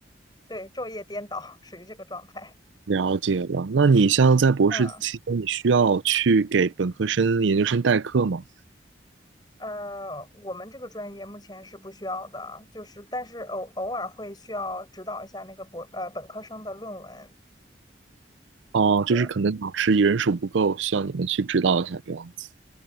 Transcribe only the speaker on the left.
对，昼夜颠倒，<laughs> 属于这个状态。
嗯，
呃，我们这个专业目前是不需要的，就是但是偶偶尔会需要指导一下那个博呃本科生的论文。
对。